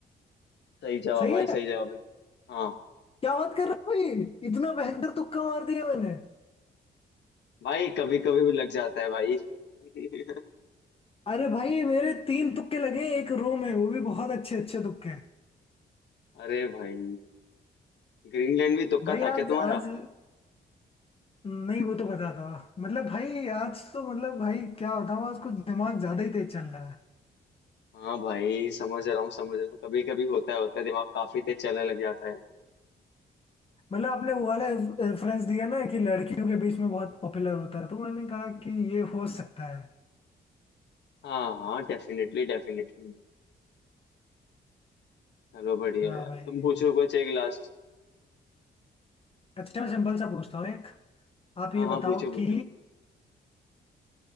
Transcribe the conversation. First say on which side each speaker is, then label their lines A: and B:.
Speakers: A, on the left; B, on the left.
A: सही जवाब
B: सही
A: भाई
B: है
A: सही जवाब बिल्कुल हाँ
B: क्या बात कर रहा हूँ भाई इतना भयंकर तुक्का मार दिया मैंने
A: भाई कभी कभी भी लग जाता है भाई <laughs>
B: अरे भाई मेरे तीन तुक्के लगे एक रो में वो भी बहुत अच्छे अच्छे तुक्के
A: अरे भाई ग्रीनलैंड भी तुक्का
B: भाई
A: था क्या
B: आज
A: तुम्हारा
B: आज नहीं वो तो पता था मतलब भाई आज तो मतलब भाई क्या बताऊँ आज कुछ दिमाग ज्यादा ही तेज चल रहा है
A: हाँ भाई समझ रहा हूँ समझ रहा हूँ कभी कभी होता है होता है दिमाग काफी तेज चलने लग जाता है
B: मतलब आपने वो वाला रेफरेंस दिया ना कि लड़कियों के बीच में बहुत पॉपुलर होता है तो मैंने कहा कि ये हो सकता है
A: हाँ हाँ डेफिनेटली डेफिनेटली चलो बढ़िया
B: हाँ
A: यार
B: भाई
A: तुम पूछो कुछ एक लास्ट
B: अच्छा मैं सिंपल सा पूछता हूँ एक आप
A: हाँ
B: ये बताओ
A: हाँ पूछो पूछो
B: कि